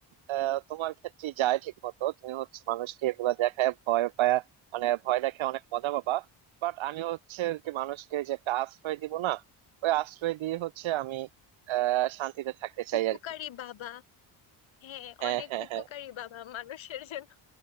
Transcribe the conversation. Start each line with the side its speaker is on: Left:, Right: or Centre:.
Right: আহ, তোমার ক্ষেত্রে যায় ঠিক মতো তুমি হচ্ছে মানুষকে এগুলা দেখায় ভয় পায় মানে ভয় দেখে অনেক মজা পাবা বাট আমি হচ্ছে আর কি মানুষকে যে একটা আশ্রয় দিব না ওই আশ্রয় দিয়ে হচ্ছে আমি আহ শান্তিতে থাকতে চাই
Left: উপকারী
Right: আর কি
Left: বাবা হ্যাঁ
Right: হ্যাঁ
Left: অনেক
Right: হ্যাঁ
Left: উপকারী
Right: হ্যাঁ
Left: বাবা মানুষের জন্য